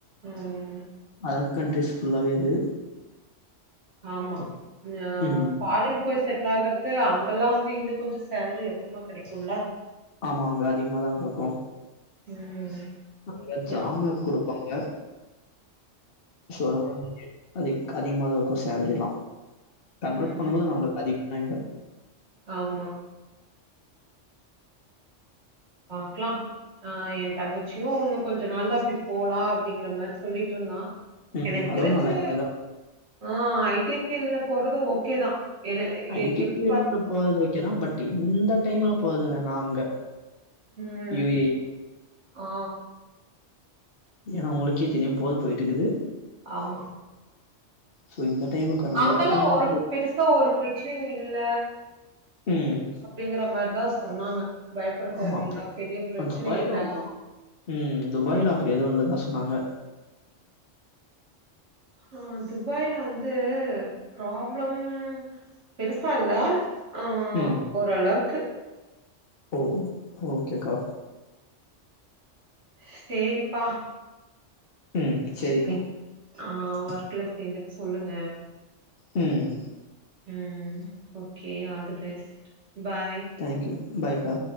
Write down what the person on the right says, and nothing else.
ஹம்
ஆமா ஃபாரின்
போய் செட்டில் ஆகாரத்துக்கு அங்கெல்லா வந்து இன்னு கொஞ்ச சேல்ரி அதிகமா கிடைக்கும்ல
ம்
ம்
ம்
ஆமா பாக்கலா ஆஹ் எய தங்கச்சியு இன்னு கொஞ்ச நாள்ல அப்டி போலா அப்டிங்கிற மாதிரி சொல்லிட்டு இருந்தா
எனக்கு
தெரிஞ்சு
ஆஹ் ஐடி பீல்டல போறது ஓகே தா என
எ எப்ப
ம்
ஆ
ஆமா
அங்கல்லா
ஒரு பெருசு சா ஒரு பிரச்சனையு இல்ல
அப்டிங்கற மாதிரிதா சொன்னாங்க பயப்பட தேவையில்ல
பெரிய பிரச்சன
இல்ல
ஆஹ துபாய்ல வந்து பராப்ளம் பெருசா இல்ல ஆ
ஓரளவுக்கு
சேரிப்பா
சேரி ஆஹ் ஒர்க்ல சேர்ந்துட்டு சொல்லுங்க
ம் okay all the best bye